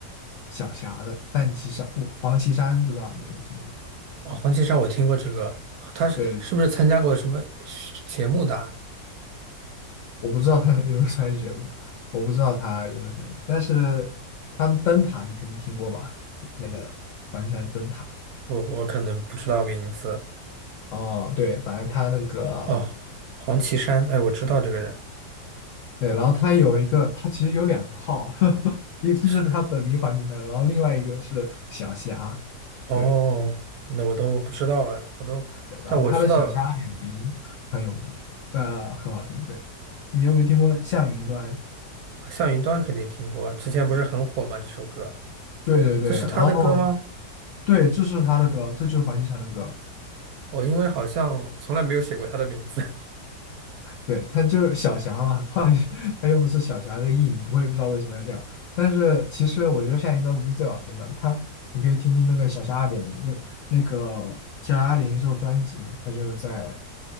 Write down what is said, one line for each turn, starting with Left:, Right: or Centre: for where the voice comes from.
Left: 小霞的《范琪山》，我黄绮珊不知道你有没有听过？
Right: 哦，黄绮珊我听过这个，她是是不是参加过什么
Left: 对，
Right: 节目的啊
Left: 我不知道他有没有参与节目，我不知道他有没有参与，但是他的灯塔你肯定听过吧？那个黄绮珊灯塔。
Right: 我我可能不知道名字。
Left: 哦，对，反正他那个，
Right: 哦，黄绮珊，哎，我知道这个人。
Left: 对，然后他有一个，他其实有两个号，<laughs> 一个是他本名黄绮珊，
Right: 是
Left: 然后另外一个是小霞，
Right: 哦，
Left: 对，
Right: 那我都不知道哎，我都，
Left: 对，然后他的小霞二点零很有名，
Right: 但我知道
Left: 呃，很好听，对，你有没有听过《向云端》？
Right: 向云端肯定听过啊，之前不是很火吗？这首歌，
Left: 对对对，
Right: 这是他的歌吗？
Left: 然后对，这是他的歌，这就是黄绮珊的歌，
Right: 我因为好像从来没有写过他的名字。
Left: 对，他就是小霞嘛，后来 <laughs> 他用的是小霞这个艺名，我也不知道为什么要这样。但是其实我觉得夏云端不是最好听的，他你可以听听那个小霞二点零，就那个小霞二点零是首专辑嘛，他就在，